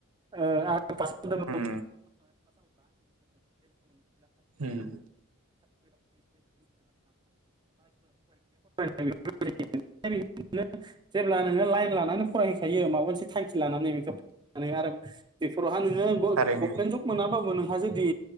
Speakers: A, on the right; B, on the right.
A: ओ आं फास जादों
B: उम उम
A: <inaudible> <inaudible> <inaudible> <inaudible> <inaudible> जेब्ला नोङो लाइन लानानै फरायहोखायो माबा मोनसे थांखि लानानै बेखो माने आरो बेफोरावहा नोङो ग-गभमेन्ट
B: थारैनो
A: जब मोनाबाबो नोंहा जुदि